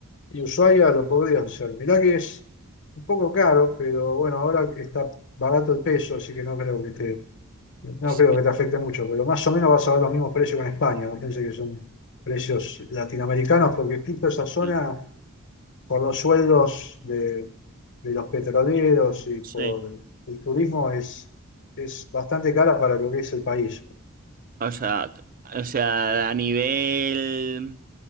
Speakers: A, on the left; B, on the right.
A: y Ushuaia lo podría hacer. Mirá que es un poco caro, pero bueno, ahora está barato el peso, así que no creo que te, no
B: Sí,
A: creo que te afecte mucho, pero más o menos vas a ver los mismos precios que en España, no pienses que son precios latinoamericanos, porque justo esa zona,
B: no,
A: por los sueldos de, de los petroleros y
B: sí.
A: por el turismo, es, es bastante cara para lo que es el país.
B: O sea, c- o sea, a nivel